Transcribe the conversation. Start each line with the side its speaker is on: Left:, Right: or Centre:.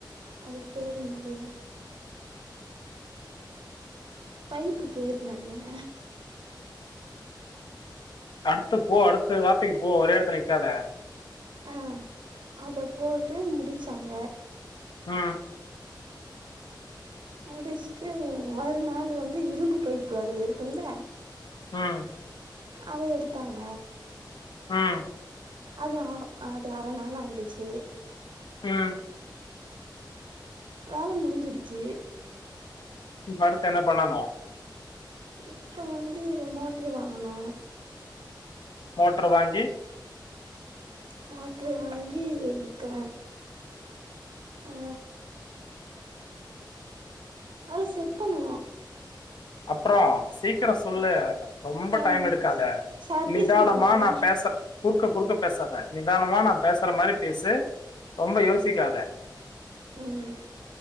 Right: அது பேரு என்னது பைப்பு பேரு என்னதுங்க
Left: அடுத்து போ அடுத்து வாத்தைக்கு போ ஒரே எடத்துல நிக்காத
Right: அ அத போட்டு முடிச்சாங்க
Left: ம்
Right: முடிச்சுட்டு மறுநாள் வந்து இரும்பு பைப்பு அதுல இருக்கும்ல
Left: ஆம்
Right: அத எடுத்தாங்க
Left: ம்,
Right: அது ஆ அது அர நாள் ஆயிடுச்சு
Left: ம்
Right: வேல முடிஞ்சிடுச்சு
Left: எடுத்து என்ன பண்ணனு
Right: இப்ப வந்து மோட்டரு வாங்கனு
Left: மோட்டரு வாங்கி
Right: மோட்டரு வாங்கிட்ட ஆ அத செட் பண்ணனு
Left: அப்புறோ சீக்கிரோ சொல்லு
Right: ஆ
Left: ரொம்ப
Right: சம்
Left: டைம் எடுக்காத
Right: சர்வீஸ்
Left: நிதானமா
Right: வாங்கனு
Left: நா பேசற் குறுக்க குறுக்க பேசாத நிதானமா நா பேசுற மாரி பேசு ரொம்ப யோசிக்காத
Right: ம்